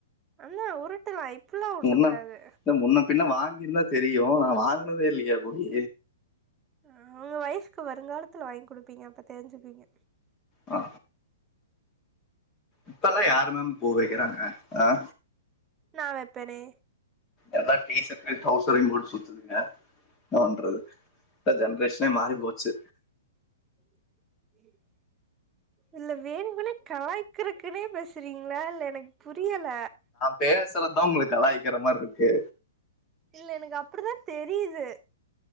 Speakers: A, on the right (about 15°); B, on the left (about 15°).
A: அண்ணா உருட்டலா இப்பல்லா உருட்ட
B: முன்ன
A: கூடாது
B: முன்ன பின்ன வாங்கியிருந்தா தெரியு நா வாங்குனதே இல்லையே போயி
A: ஆ உங்க ஒய்ஃப்கு வருங்காலத்துல வாங்கி குடுப்பீங்க அப்ப தெரிஞ்சுப்பீங்க
B: ஆ இப்பெல்லா யாரு மேம் பூ வைக்கிறாங்க ஆ
A: நா வைப்பனே
B: எல்லா டீ சர்ட்டு டௌசரையு போட்டு சுத்துதுங்க என்ன பண்றது இப்ப ஜென்ரேஷனே மாறி போச்சு
A: ம் நீ எடு இல்ல வேணுக்குனே கலாய்க்கறக்குனே பேசுறீங்களா இல்ல எனக்கு புரியல
B: பேசுற தா உங்களுக்கு கலாயிக்கிற மாரி இருக்கு
A: இல்ல எனக்கு அப்டிதா தெரியுது